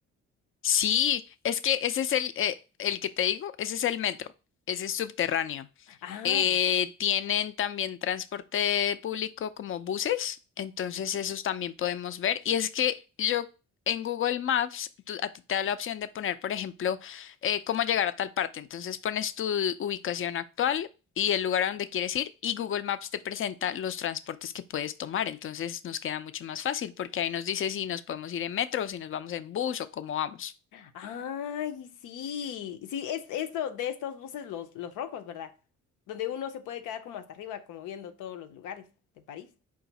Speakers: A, on the left; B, on the left.
A: Sí, es que ese es el, eh, el que te digo, ese es el metro, ese es subterráneo.
B: Ah.
A: Eh, tienen también transporte público como buses, entonces esos también podemos ver. Y es que yo en Google Maps, tú- a ti te da la opción de poner, por ejemplo, eh, cómo llegar a tal parte. Entonces pones tu ubicación actual y el lugar a donde quieres ir y Google Maps te presenta los transportes que puedes tomar. Entonces nos queda mucho más fácil porque ahí nos dice si nos podemos ir en metro, si nos vamos en bus o cómo vamos.
B: Ay, sí. Sí, es esto de estos buses los, los rojos, ¿verdad? Donde uno se puede quedar como hasta arriba, como viendo todos los lugares de París.